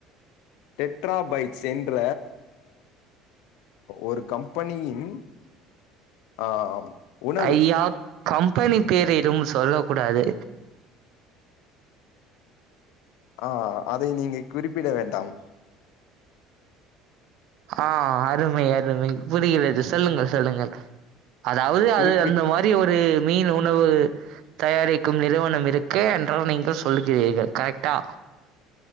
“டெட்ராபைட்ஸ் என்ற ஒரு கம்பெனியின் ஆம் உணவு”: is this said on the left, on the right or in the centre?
Left